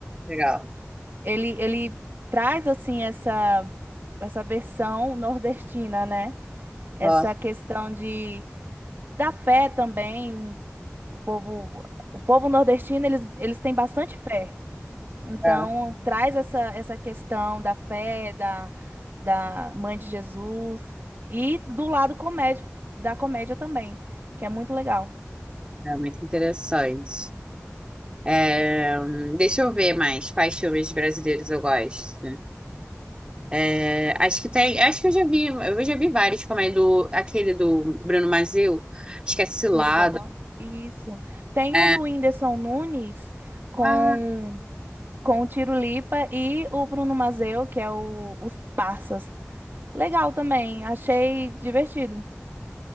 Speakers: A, on the right; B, on the right.
A: legal.
B: Ele, ele traz assim essa essa versão nordestina, né? Essa
A: Nossa.
B: questão de da fé também. O povo o povo nordestino eles, eles têm bastante fé. Então,
A: é.
B: traz essa, essa questão da fé, da, da mãe de Jesus e do lado comédico, da comédia também, que é muito legal.
A: É muito interessante. É, hum, deixa eu ver mais quais filmes brasileiros eu gosto. É, acho que tem, acho que eu já vi, eu já vi vários, como é do aquele do Bruno Mazzeo, acho que é Cilado.
B: Legal. Isso. Tem
A: É.
B: o do Whindersson Nunes com,
A: Ah,
B: com o Tiro Lipa e o Bruno Mazeu, que é o, os Parsas. Legal também, achei divertido.